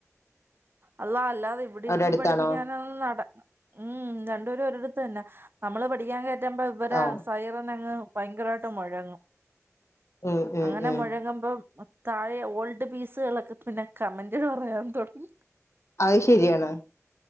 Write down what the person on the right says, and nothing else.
അല്ല അല്ലാതെ ഇവിടെ
ഇരുത്തി
പഠിപ്പിക്കാന നട ഉം രണ്ടുപേരും ഒരിടത്ത്ു തന്നെ നമ്മള് പഠിക്കാൻ കയറ്റുമ്പ ഇവരെ
സൈറിന്നങ്ങ് ഭയങ്കരമായിട്ട് മുഴങ്ങും
അങ്ങനെ
മുഴങ്ങുമ്പോ താഴെ ഓൾഡ് പീസുകളൊക്കെ പിന്നെ കമന്റുകൾ പറയാൻ തുടങ്ങി